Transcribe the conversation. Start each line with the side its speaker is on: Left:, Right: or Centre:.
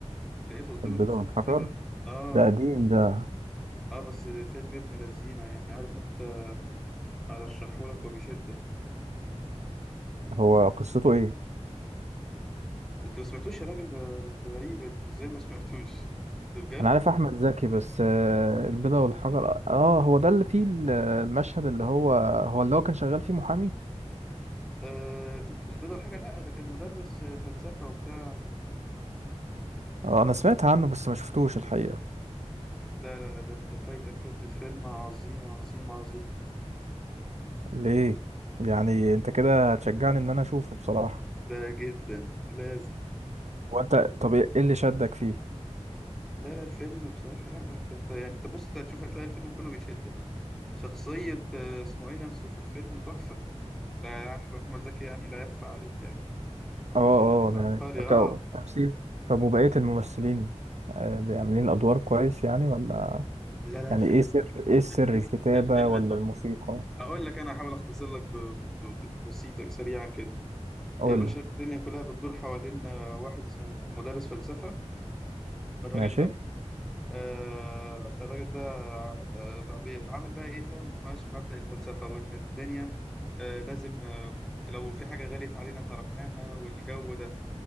Centre: لقيته قدامي
Right: البيضة
Centre: بالصدفه
Right: والحجر
Centre: كده اه
Right: ده قديم ده
Centre: اه بس ده فيلم ابن لذينه يعني عارف انت ارشحه لك وبشده
Right: هو قصته ايه
Centre: انت ما سمعتوش يا راجل ده ده غريبه دي ازاي ما سمعتوش <laughs> ده بجد
Right: انا عارف احمد زكي بس آه، البيضة والحجر اه هو ده اللي فيه ال- المشهد اللي هو هو اللي هو كان شغال فيه محامي
Centre: آه البيضه والحجر لا ده كان مدرس آه، فلسفه وبتاع
Right: اه انا سمعت عنه بس ما شفتوش الحقيقة
Centre: لا لا لا ده انت فايتك حته فيلم عظيم عظيم عظيم
Right: ليه يعني انت كده هتشجعني ان انا اشوفه بصراحة
Centre: ده جدا لازم
Right: هو انت طب ايه إيه اللي شدك فيه
Centre: لا لا الفيلم بصراحة لا لا ده انت يعني انت بص انت هتشوف هتلاقي الفيلم كله بيشدك شخصية آه، اسمه ايه نفسه في الفيلم تحفة بتاع أح- أحمد زكي يعني لا يخفى عليك يعني
Right: اه اه
Centre: ابن الذين عبقري
Right: يعني
Centre: اه
Right: طب- تمثيل طب وبقية الممثلين آه، عاملين الادوار كويس يعني ولا
Centre: لا لا
Right: يعني
Centre: الفيلم
Right: ايه سر
Centre: تحفة
Right: ايه سر
Centre: الفيلم
Right: الكتابة
Centre: الفيلم
Right: ولا
Centre: تحفة
Right: الموسيقى
Centre: أقول لك أنا هحاول أختصر لك ب... ب... ب... بسيطة سريعا كده
Right: قول
Centre: يا باشا
Right: لي
Centre: الدنيا كلها بتدور حوالين آه، واحد اسمه مدرس فلسفة الراجل
Right: ماشي
Centre: ده آه الراجل ده آه بقى بي- عامل بقى ايه فاهم ماشي مبدأ الفلسفة وان الدنيا آه لازم آه لو في حاجة غليت علينا تركناها والجو ده